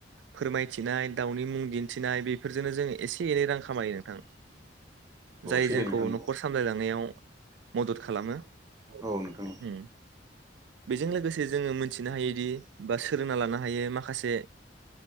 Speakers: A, on the right; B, on the right.
A: फोरमायथिनाय दाउनि मुं दिन्थिनाय बेफोरजोंनो जों एसे एनै रां खामायो नोंथां जाय
B: सैथो
A: जों
B: नोंथां
A: औ नं नखर सामलाय लांनायाव मदद खालामो ओ
B: औ नोंथां
A: बेजों लोगोसे जोङो मोनथिनो हायोदि बा सोलोंना लानो हायो माखासे